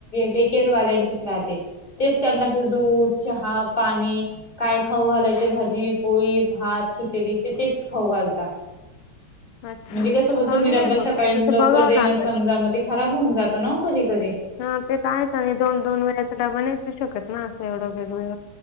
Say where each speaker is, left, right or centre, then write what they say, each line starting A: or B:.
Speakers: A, on the left; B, on the left.
A: डेकेरवाल्याचीच राहते तेच त्यांना दूध, चहा, पाणी. काय खाऊ घालायचे भाजी, पोळी, भात, खिचडी तिथेच खाऊ घालतात.
B: <inaudible> अच्छा
A: म्हणजे
B: अच्छा
A: कसं
B: चांगलं
A: म तुम्ही डब्या
B: आहे मग
A: सकाळी
B: तसं
A: लवकर
B: बघावं
A: देणार
B: लागेल
A: समजा मते खराब होऊन जातो ना कधी कधी.
B: हा ते तर आहेच आणि दोन दोन वेळाचा डबा नाय देऊ शकत ना असं एवढं वेग वेगळं.